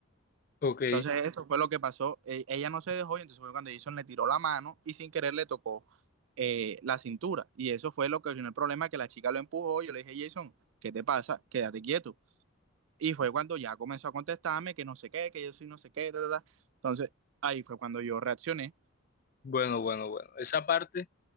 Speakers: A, on the left; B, on the right.
A: Ok,
B: Entonces eso fue lo que pasó. Eh, ella no se dejó y entonces fue cuando Jason le tiró la mano y sin querer le tocó eh, la cintura. Y eso fue lo que originó el problema, que la chica lo empujó. Yo le dije, Jason, ¿qué te pasa? Quédate quieto. Y fue cuando ya comenzó a contestarme que no sé qué, que yo soy no sé qué, ta, ta, ta. Entonces ahí fue cuando yo reaccioné.
A: bueno, bueno, bueno. Esa parte